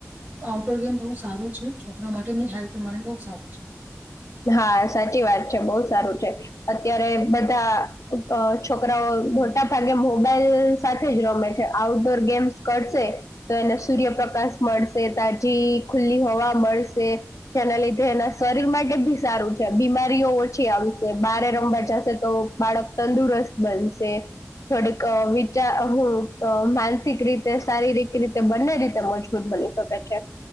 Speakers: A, on the right (about 35°); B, on the left (about 85°).
A: આઉટડોર ગેમ બહુ સારું છે છોકરા માટે એમની હેલ્થ માટે બહુ સારું છે
B: હા સાચી વાત બહ સારું છે અત્યારે બધા અ છોકરાઓ
A: હમ
B: મોટા ભાગે મો મોબાઈલ સાથે જ રમે છે આઉટડોર ગેમ્સ કરશે તો એને સૂર્યપ્રકાશ મળશે તાજી ખુલ્લી હોવા મળશે જેના લીધે એના શરીર માટે બી સારું છે બીમારીઓ ઓછી આવશે બારે રમવા જશે તો બાળક તંદુરસ્ત બનશે થોડે ક હું માનસિક રીતે શારીરિક રીતે બંને રીતે મજબૂત બની શકે છે